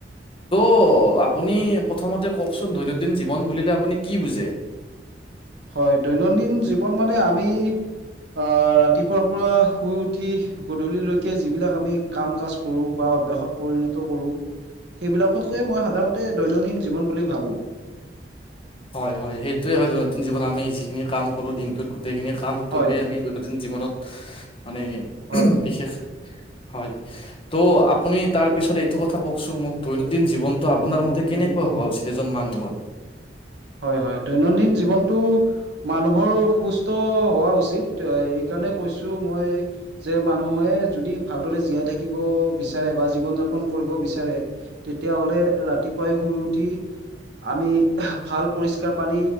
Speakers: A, on the left; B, on the right.
A: ত' আপুনি প্ৰথমতে কওকচোন দৈনন্দিন জীৱন বুলিলে আপুনি কি বুজে
B: হয় দৈনন্দিন জীৱন মানে আমি আহ ৰাতিপুৱাৰ পৰা শুই উঠি গধূলিলৈকে যিবিলাক আমি কাম কাজ কৰো বা অভাসত পৰিণত কৰোঁ সেইবিলাককয়ে মই সাধাৰণতে দৈনন্দিন জীৱন বুলি ভাবো।
A: হয় হয় সেইটোৱে হয় দৈনন্দিন জীৱনত আমি যিখিনি কাম কৰো দিনটোত। সেইখিনি কামটোকে
B: হয়
A: আমি দৈনন্দিন জীৱনত মানে
B: হয়
A: বিশেষ হয় ত' আপুনি তাৰ পিছত এইটো কথা কওকচোন মোক দৈনন্দিন জীৱনটো
B: হয়
A: আপোনাৰ মতে কেনেকুৱা
B: হয়
A: হোৱা উচিত এজন মানুহৰ
B: হয় হয় দৈনন্দিন জীৱনতটো মানুহৰ সুস্থ হোৱা উচিত। সেইকাৰণে কৈছো মই যে মানুহে যদি ভালদৰে জীয়াই থাকিব বিচাৰে বা জীৱন যাপন ফোন কৰিব বিচাৰে তেতিয়াহলে' ৰাতিপুৱাই শুই উঠি আমি ভাল পৰিষ্কাৰ পানী